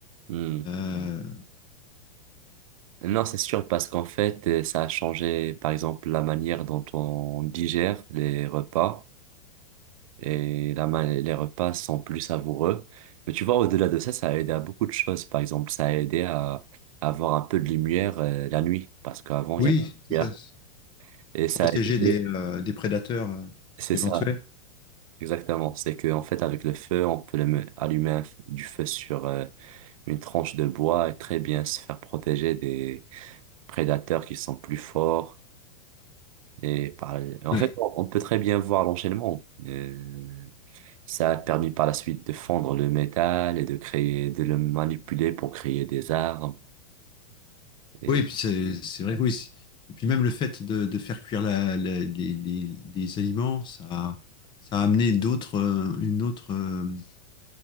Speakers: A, on the right (about 55°); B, on the left (about 20°).
A: Hmm.
B: Euh,
A: Non, c'est sûr, parce qu'en fait, euh, ça a changé, par exemple, la manière dont on digère les repas. et la ma- les repas sont plus savoureux. Mais tu vois, au-delà de ça, ça a aidé à beaucoup de choses. Par exemple, ça a aidé à, à avoir un peu de lumière euh, la nuit, parce qu'avant,
B: oui,
A: il y a pas
B: c'est
A: de
B: ça.
A: lumière. Et ça
B: protéger
A: a aidé,
B: des, euh, des prédateurs euh,
A: c'est
B: éventuels.
A: ça, exactement. C'est que en fait, avec le feu, on peut le me- allumer un f- du feu sur euh, une tranche de bois et très bien se faire protéger des prédateurs qui sont plus forts. Et par- en
B: Ouais.
A: fait, on on peut très bien voir l'enchaînement. Euh, ça a permis par la suite de fondre le métal et de créer, de le manipuler pour créer des armes. Et,
B: Oui, et puis c'est c'est vrai que oui. c'est- Et puis même le fait de, de faire cuire la- la- les, les- les aliments, ça, ça a amené d'autres, euh, une autre, euh,